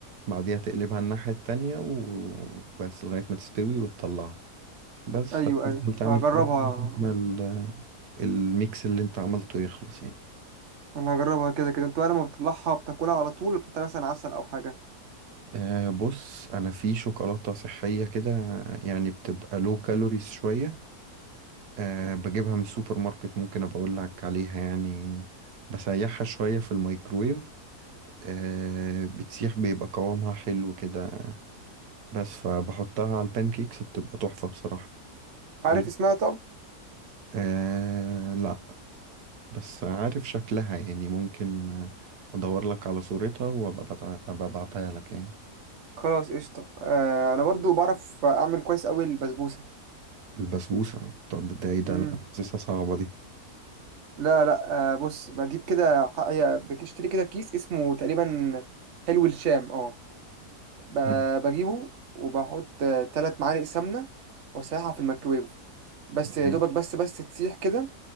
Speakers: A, on the right (about 80°); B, on the right (about 50°).
A: بعديها تقلبها الناحية التانية و- وبس لغاية ما تستوي وتطلعها بس
B: ايوه
A: هتفضل
B: ايوه
A: تعمل
B: هجربها
A: كده لغاية ما ال- الميكس اللي انت عملته يخلص يعني
B: انا هجربها كده كده انت بقى لما بتطلعها بتاكلها على طول وبتحط مثلا عسل او حاجة
A: أه بص انا في شوكولاتة صحية كده يعني بتبقى لو كالوريز شوية أه بجيبها من السوبر ماركت ممكن ابقى اقول لك عليها يعني بسيحها شوية في الميكرويف آه، بتسيح بيبقى قوامها حلو كده بس فبحطها على البانكيكس بتبقى تحفة بصراحة
B: عارف
A: ال...
B: اسمها طب
A: آه لا بس عارف شكلها يعني ممكن آه، ادور لك على صورتها وابقى بتع- أبقى ابعتها لك يعني
B: خلاص قشطة آه انا برضو بعرف اعمل كويس قوي البسبوسة
A: البسبوسة طب ده ايه ده
B: مم.
A: لا حاسسها صعبة دي
B: لا لا آه بص بجيب كده ح- هي بتشتري كده كيس اسمه تقريبا حلو الشام اه ب-
A: مم.
B: بجيبه وبحط ثلاث معالق سمنة وأسيحها في الميكرويف بس يا
A: ماشي
B: دوبك بس بس تسيح كده